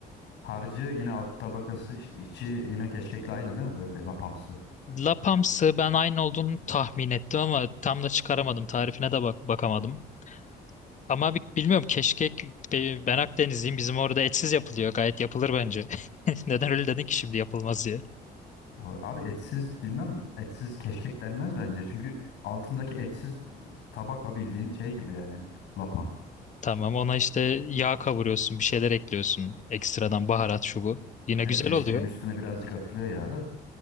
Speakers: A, on the left; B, on the left.
A: Harcı yine alt tabakası işte içi yine keşkekle aynı değil mi böyle lapamsı?
B: Lapamsı ben aynı olduğunu tahmin ettim ama tam da çıkaramadım. Tarifine de bak bakamadım. Ama bi- bilmiyorum keşkek be- ben Akdenizliyim. Bizim orada etsiz yapılıyor. Gayet yapılır bence. <laughs> Neden öyle dedin ki şimdi yapılmaz diye.
A: olarak? Abi etsiz bilmem etsiz keşkek denmez bence. Çünkü altındaki etsiz e, tabaka bildiğin şey gibi yani lapa.
B: Tamam ona işte yağ kavuruyorsun, bir şeyler ekliyorsun. Ekstradan baharat şu bu. Yine
A: Evet
B: güzel
A: keşkeğin
B: oluyor.
A: üstüne birazcık atılıyor ya da.